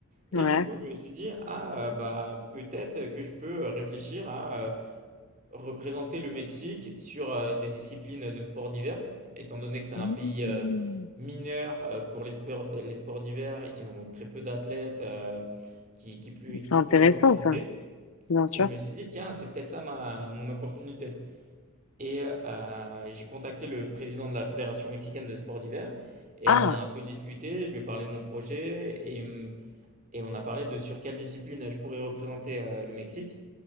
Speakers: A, on the right; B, on the left.
A: Et
B: ouais.
A: du coup, je me suis dit, ah, euh, bah, peut-être que je peux réfléchir à euh, représenter le Mexique sur euh, des disciplines de sports d'hiver, étant donné que c'est
B: Mm.
A: un pays euh, mineur euh, pour les, sports les sports d'hiver, ils ont très peu d'athlètes euh, qui, qui, peut
B: C'est
A: qui
B: intéressant,
A: peut les représenter.
B: ça, bien sûr.
A: Et je me suis dit, tiens, c'est peut-être ça ma, mon opportunité. Et euh, j'ai contacté le président de la Fédération mexicaine de sports d'hiver et
B: Ah,
A: on a un peu discuté, je lui ai parlé de mon projet et, et on a parlé de sur quelle discipline je pourrais représenter euh, le Mexique.